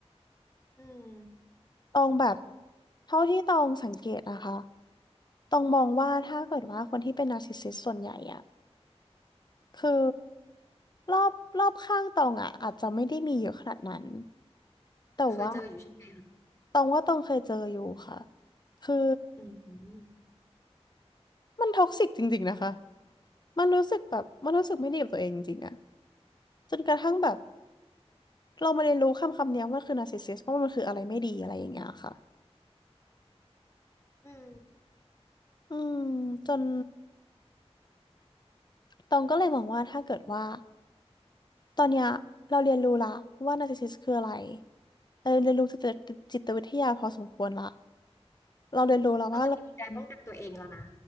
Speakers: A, on the left; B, on the left.
A: อืม
B: ตองแบบเท่าที่ตองสังเกตนะคะตองมองว่าถ้าเกิดว่าคนที่เป็นนาร์ซิสซิสส่วนใหญ่อะคือรอบรอบข้างตองอะอาจจะไม่ได้มีเยอะขนาดนั้นแต่ว่า
A: แต่เคยเจออยู่ใช่ไหม
B: ตองว่าตองเคยเจออยู่ค่ะคือ
A: อืม
B: มันท็อกซิกจริงๆนะคะมันรู้สึกแบบมันรู้สึกไม่ดีกับตัวเองจริงๆอะจนกระทั่งแบบเรามาเรียนรู้คำคำนี้ว่ามันคือนาร์ซิสซิสว่าะมันคืออะไรไม่ดีอะไรอย่างเงี้ยค่ะ
A: อืม
B: อืมจน ตองก็เลยมองว่าถ้าเกิดว่าตอนเนี้ยเราเรียนรู้ละว่านาร์ซิสซิสคืออะไรเราเรียนรู้จิตจิตวิทยาพอสมควรละเราเรียนรู้แล้วว่าเราควร
A: เราจะมีกลไกป้องกันตัวเองแล้วนะ